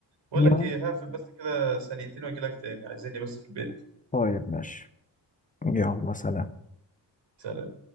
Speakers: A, on the right; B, on the left.
A: بقول
B: يلا
A: لك ايه هقفل بس كده ثانيتين واجي لك تاني عايزيني بس في البيت
B: طيب ماشي يلا سلام
A: سلام